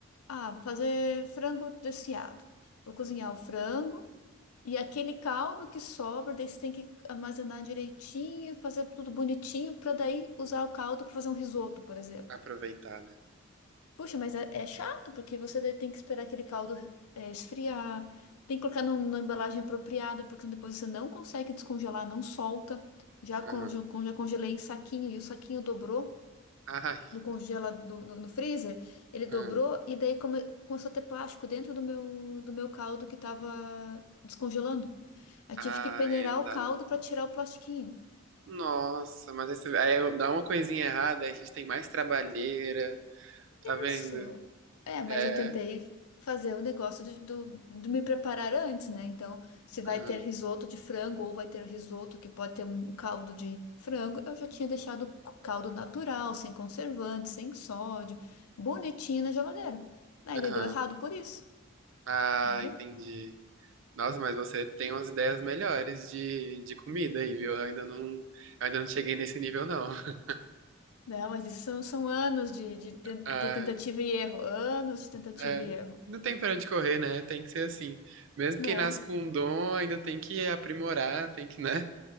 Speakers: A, on the left (about 85°); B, on the right (about 60°).
A: ah, vou fazer frango desfiado. Vou cozinhar o frango e aquele caldo que sobra, daí você tem que armazenar direitinho, fazer tudo bonitinho para daí usar o caldo para fazer um risoto, por exemplo.
B: aproveitar, né?
A: Puxa, mas é, é chato, porque você tem que esperar aquele caldo é, esfriar, tem que colocar num- numa embalagem apropriada, porque depois você não consegue descongelar, não solta. Já, con-
B: Aham.
A: já con- já congelei em saquinho e o saquinho dobrou
B: Ai.
A: no congela do- do- no freezer, ele dobrou
B: ah
A: e daí come- começou a ter plástico dentro do meu, do meu caldo que estava descongelando. Eu
B: Ai,
A: tive que peneirar
B: aí não
A: o
B: dá,
A: caldo
B: né?
A: para tirar o plastiquinho.
B: Nossa, mas aí, você- aí dá uma coisinha errada, aí a gente tem mais trabalheira, tá vendo?
A: Isso. É, mas
B: É.
A: eu tentei fazer o negócio de, do, de me preparar antes, né? Então, se vai
B: Aham.
A: ter risoto de frango ou vai ter risoto que pode ter um caldo de frango, eu já tinha deixado o caldo natural, sem conservante, sem sódio, bonitinho na geladeira. Aí
B: Aham.
A: daí deu errado por isso,
B: Ah,
A: viu?
B: entendi. Nossa, mas você tem umas ideias melhores de, de comida aí, viu? Eu ainda não, eu ainda não cheguei nesse nível, não. <laughs>
A: Não, mas isso são, são anos de, de, ten-
B: Ah,
A: de tentativa e erro, anos de tentativa
B: é.
A: e erro.
B: Não tem pra onde correr, né? Tem que ser assim. Mesmo
A: Não.
B: quem nasce com um dom, ainda tem que aprimorar, tem que, né?